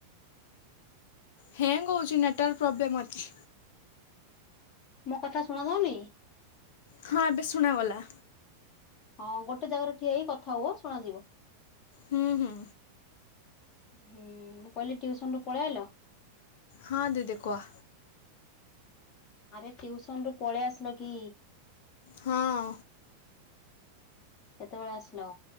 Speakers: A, on the left (about 50°); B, on the left (about 30°).
A: ହ୍ୟାଙ୍ଗ୍ ହେଉଛି ନେଟୱାର୍କ ପ୍ରୋବ୍ଲେମ୍ ଅଛି।
B: ମୋ କଥା ଶୁଣା ଯାଉନି?
A: ହଁ ଏବେ ଶୁଣାଗଲା।
B: ହଁ ଗୋଟେ ଜାଗାରେ ଠିଆ ହେଇ କଥା ହୁଅ, ଶୁଣାଯିବ।
A: ହୁଁ ହୁଁ।
B: ହୁଁ, ମୁଁ କହିଲି ଟିଉସନ ରୁ ପଳେଇ ଆଇଲ?
A: ହଁ ଦିଦି କୁହ।
B: ଆରେ ଟିଉସନ ରୁ ପଳେଇ ଆସିଲ କି?
A: ହଁ।
B: କେତେବେଳେ ଆସିଲ?